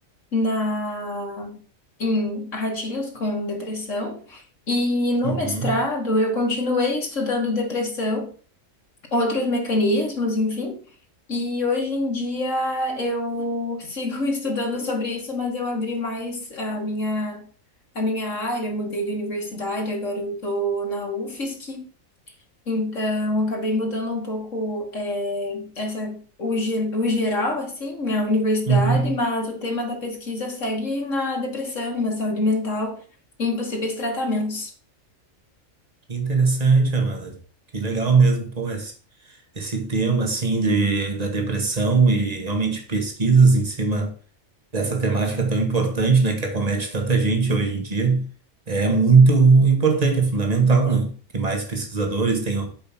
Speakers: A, on the left; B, on the right.
A: na em ratinhos com depressão. E no
B: Uhum,
A: mestrado, eu continuei estudando depressão, outros mecanismos, enfim. E hoje em dia eu sigo <laughs> estudando sobre isso, mas eu abri mais a minha, a minha área, mudei de universidade, agora eu estou na UFSC. Então, eu acabei mudando um pouco eh, essa, o, ge- o geral, assim, né, a universidade,
B: uhum.
A: mas o tema da pesquisa segue na depressão, na saúde mental e em possíveis tratamentos.
B: Que Interessante, Amanda, que legal mesmo, pô, esse, esse tema, assim, de, da depressão e realmente pesquisas em cima dessa temática tão importante, né, que acomete tanta gente hoje em dia, é muito importante, é fundamental, né? Que mais pesquisadores tenham